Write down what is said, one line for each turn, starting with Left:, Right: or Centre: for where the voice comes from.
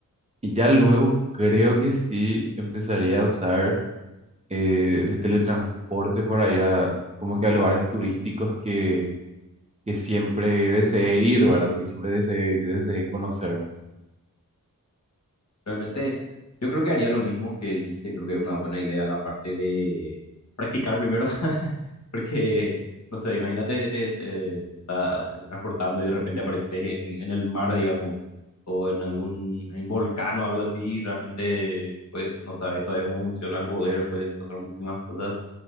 Right: Y ya luego creo que sí empezaría a usar eh, ese teletransporte para ir a como que a lugares turísticos que que siempre deseé ir, ¿verdad? Que siempre deseé, deseé conocer.
Left: Realmente yo creo que haría lo mismo que dijiste, creo que es una buena idea la parte de practicar primero Porque, no sé, imagínate, te, te, te estás teletransportando y de repente apareces en, en el mar, digamos, o en algún en volcán o algo así, y realmente, pues, no sabes todavía cómo funciona el poder, puedes pasar muchísimas cosas,